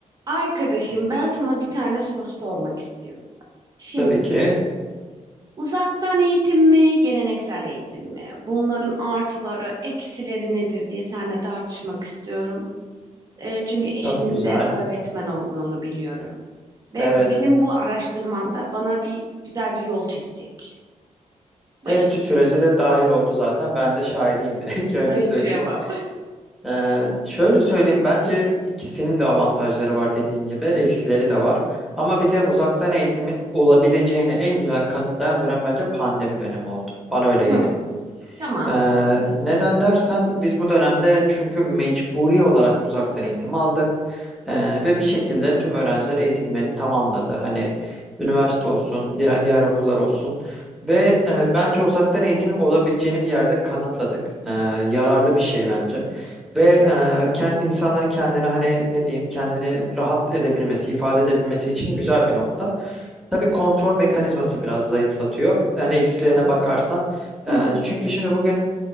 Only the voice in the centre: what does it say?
Tabii ki.
Çok güzel.
Evet.
Her iki sürece de dahil oldu zaten. Ben de şahidiyim direkt <laughs> öyle
söyleyeyim.
Ee, şöyle söyleyeyim bence ikisinin de avantajları var dediğin gibi eksileri de var. Ama bize uzaktan eğitimin olabileceğini en güzel kanıtlayan dönem bence pandemi dönemi oldu. Bana öyle
geliyor.
Ee, neden dersen biz bu dönemde çünkü mecburi olarak uzaktan eğitim aldık Ee, ve bir şekilde tüm öğrenciler eğitimlerini tamamladı. Hani üniversite olsun, diğer, diğer okullar olsun ve e, bence uzaktan eğitimin olabileceğini bir yerde kanıtladık. Ee, yararlı bir şey bence. Ve e, kendi insanların kendini hani ne diyeyim kendini rahat edebilmesi, ifade edebilmesi için güzel bir nokta. Tabii kontrol mekanizması biraz zayıflatıyor. Yani eksilerine
bakarsan.
Ee,
çünkü şimdi bugün